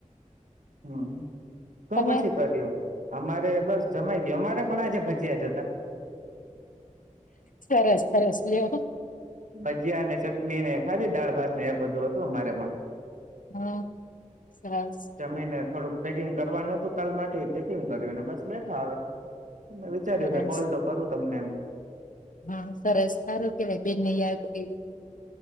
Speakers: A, on the right; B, on the left.
A: હમ તો
B: તમે
A: પછી કર્યું અમારે બસ જમાઈ ગયુ અમારે પણ આજે ભજીયા જ તા
B: સરસ સરસ લ્યો
A: ભજીયા અને ચટણી ને ખાલી દાળ ભાત ને એ બધુ હતુ અમારે પણ
B: હમ સરસ
A: ને થોડુક પેકિંગ કરવાનુ હતુ કાલ માટે પેકિંગ કર્યુંને બસ બેઠા હવે મેં વિચાર્યું
B: સરસ
A: કે કોલ તો કરું તમને એમ
B: હા સરસ સારું કેવાય બેનને યાદ કયરી